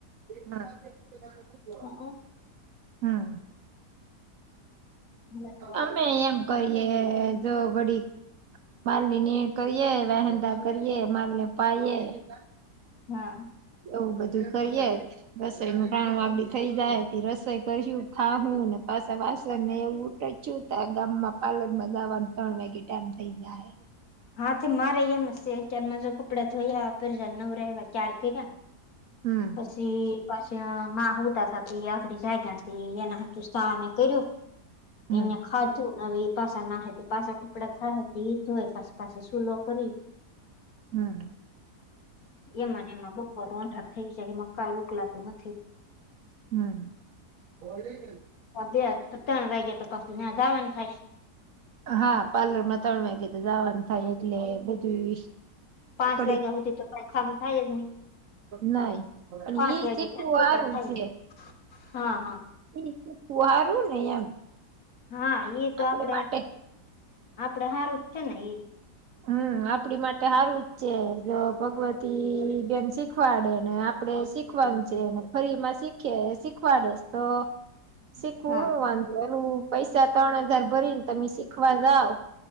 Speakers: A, on the right; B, on the left.
A: હા!
B: હમ.
A: હમ
B: મને તો
A: અમે એમ. કરીએ જો ઘડી. માલ ની નીણ કરીએ વહેંદા કરીએ માલ ને પાયએે.
B: હા
A: એવું બધું કરીયે. રસોઈ નું ટાણું વાળી થઈ જાય હતી રસોઈ કરશું ખાું ને પાછા વાસણ ને એવું. ચુ થ ગામમાં પાલૅર મા જવાનું ત્રણ વાગે ટાઈમ થઇ જાય.
B: હાથ મારે હેમ સે કે એમને કપડા ધોયાે આપે જે નવરે રહે ચાર કર્યા.
A: હમ!
B: પછી પછી મા ઉતા થતી આઘડી જાયગા એના હુ શાને કર્યું.
A: હમ
B: અને ખાધું હવે એ પાછા નાહે પાછા કપડા થાય ઇ ધોવા પાછા. પાસે સુુનો કરી.
A: હમ!
B: એમાં ને એમાં બપોર રઢા થઈ જાય એમાં કાય ઉકલાતું નથી.
A: <inaudible>
B: હ બે ત્રણ વાગ્યા તો પાછું નયા જવાનું થાય.
A: હા પાર્લર માં ત્રણ વાગે તો જવાનું થાય એટલે બધું.
B: પાંચ
A: કડીક
B: વાગ્યા હોતી તો કઈ ખામ થાય જ નહી.
A: નાહી પણ
B: પાંચ
A: ઈ
B: વાગે
A: ચીખું વારું
B: પોતા થાય
A: છે.
B: હા હા.
A: ઈ ચીખુ વારુ ને એમ.
B: હા ઈ તો
A: આપડી
B: આપડે
A: માટે
B: આપડે હારું જ છે ને ઈ.
A: હમ આપડી માટે હારું જ છે જો ભગવતી બેન શીખવાડે ને આપડે શીખ શીખવાનું છે એને ફરી માં શીખે શીખવાડે. તો શીખુ
B: હા
A: હું વાંધો એલું. પૈસા ત્રણ હજાર ભરી ને તમે શીખવા જાવ.